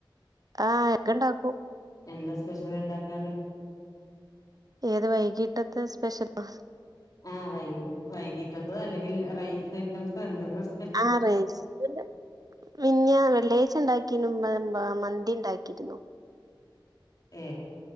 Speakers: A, on the right; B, on the left.
A: ആഹ് എഗ്ഗ് ണ്ടാക്കൂ
B: എന്താ സ്പെഷ്യൽ ഇണ്ടാക്കാറ്
A: ഏത് വൈകിട്ടത്തെ സ്പെഷ്യലാ
B: ആ വൈക വൈകിട്ടത്ത അല്ലെങ്കി രാ റൈസ് ഐറ്റംസ് <unintelligible>
A: ആറേസ് <unintelligible> പിന്ന വെള്ളിയാഴ്ച്ച ഉണ്ടാ ക്കീനു മ മന്തിണ്ടാക്കിരുന്നു
B: ഏ